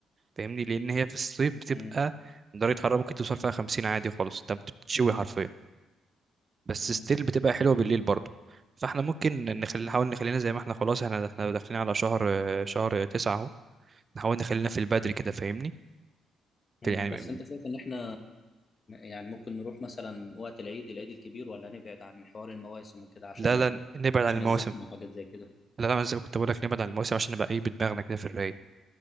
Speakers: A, on the right (about 40°); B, on the left (about 35°).
A: فاهمني لأن هي في الصيف بتبقى
B: امم
A: درجة حرارة ممكن توصل فيها خمسين عادي خالص أنت بتتشوي حرفيا بس
B: امم
A: ستيل بتبقى حلوة بالليل برضه فاحنا ممكن نخلي نحاول نخلينا زي ما احنا خلاص احنا احنا داخلين على شهر شهر تسعة اهو نحاول نخلينا في البدري كده فاهمني في-
B: امم
A: يعني
B: بس انت شايف ان احنا يعني ممكن نروح مثلا وقت العيد العيد الكبير ولا نبعد عن حوار المواسم وكده عشان
A: لا
B: ال...
A: لا نبعد
B: عشان
A: عن المواسم
B: الزحمه وحاجات زي كده
A: لا لا زي ما كنت بقول لك نبعد عن المواسم عشان نبقى ايه بدماغنا كده في الرايق